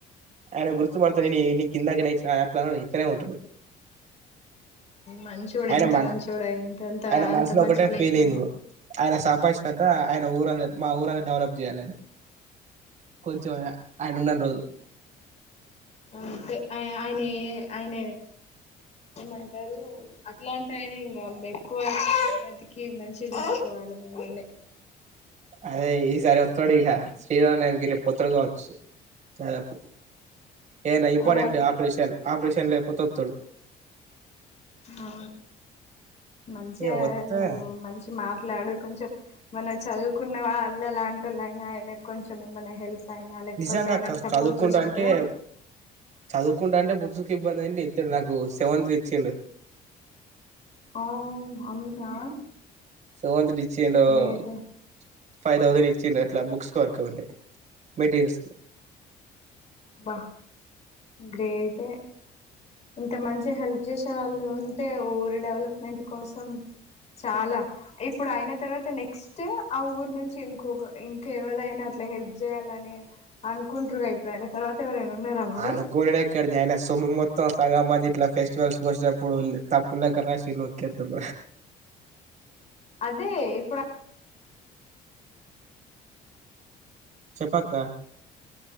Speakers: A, on the right; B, on the left.
A: ఆయన
B: ఆ
A: గుర్తు పడతాడు <unintelligible> కిందకి నయి ట్లా ఇత్తనే ఉంటారు
B: మంచోడు
A: ఆయన
B: ఎంత
A: మ
B: మంచోడు అయి ఉంటే అంత
A: ఆయన
B: అంత
A: మనసులో
B: మంచి
A: ఒకటే
B: ప్లేస్
A: ఫీలింగ్ు
B: లో ఉన్నావ్
A: ఆయన సంపాదించినంత ఆయన ఊరంద మా ఊరంత డెవలప్ చేయాలని కొంచం అనందం రోజలు
B: అంటే ఆయన ఆయన ఏమంటారు అట్లాంటి ఆయన ఇంకా ఎక్కువతికి మంచిగా చూసుకోవాలి మిమ్మల్ని
A: అదే ఈ సారి ఒత్తవాడిఖా చనాణనికి రేపు పొతులు కావచ్చు దాదాపు ఏనా ఇంపార్ర్టెంట్
B: ఆ
A: ఆపరేషన్ ఆపరేషన్ లోపోతే తడుపు
B: ఆ మంచిగా
A: ఇగ వత్తే
B: నువ్వు మంచి మాట్ అట్లాడు కొంచెం మనం చదువుకున్న వాళ్ళలాంటిల అయినాయన కొంచెం ఏమనా హెల్ప్ అయినా లేకపోతే
A: నిజంగా
B: ఆయనకు
A: అక్క
B: సపోర్ట్
A: చదువుకుంటా
B: చేసినా
A: అంటే
B: కూడా
A: చదువు కుంటా అంటే బుక్స్ కి ఇబ్బంది అండి ఇడు నాకు సెవంత ఇచ్చి
B: ఆ అవునా
A: సమంత <unintelligible>
B: గ్రేట్
A: ఫైవ్ థౌసండ్ ఇచ్చిండ అట్లా బుక్స్ వరకు వండే మెటీరియల్స్ కి
B: బా గ్రేట్ ఇంత మంచి హెల్ప్ చేసే వాళ్ళు ఉంటే ఊరు డెవలప్మెంట్ కోసం చాలా ఇప్పుడు అయిన తర్వాత నెక్స్ట్ ఆ ఊరు నుంచి ఇంకొక ఇంకెవరైనా అట్లా హెల్ప్ చేయాలని అనుకుంటారు ఇప్పుడు ఆన తర్వాత ఎవరైనా ఉన్నారా మరి
A: అను కోరినే కడది ఆయన సొముత్ మొత్తం సగం మంది ఇట్లా ఫెస్టివల్స్కి వచ్చేప్పుడు తప్పులేకసి నకేతు
B: అదే ఇప్పుడు
A: చెప్పక్క